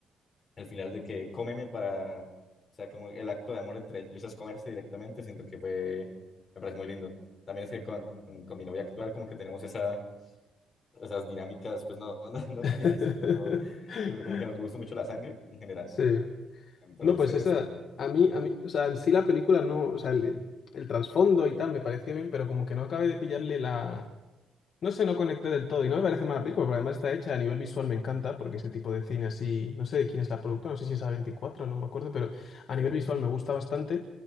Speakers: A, on the left; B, on the left.
A: el final de que cómeme para, o sea, como el acto de amor entre ellos es comerse directamente, siento que fue, me parece muy lindo. También es que con, con mi novia actual como que tenemos esa, esas dinámicas, pues no, <laughs> no, no
B: <laughs>
A: canibalistas, pero, pero como que nos gusta mucho la sangre en general.
B: Sí.
A: Entonces,
B: No, pues esa,
A: como,
B: a mí, a mí, o sea, en sí la película no, o sea, el, el trasfondo y tal me pareció bien, pero como que no acabé de pillarle la, no sé, no conecté del todo y no me parece mala película, porque además está hecha a nivel visual, me encanta, porque ese tipo de cine así, no sé de quién es la productora, no sé si es a veinticuatro no me acuerdo, pero a
A: sí.
B: nivel visual me gusta bastante,